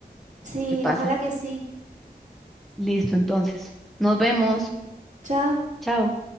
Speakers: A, on the right; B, in the centre.
A: sí,
B: qué pasa.
A: ojalá que sí.
B: Listo, entonces, nos vemos.
A: Chao.
B: Chao.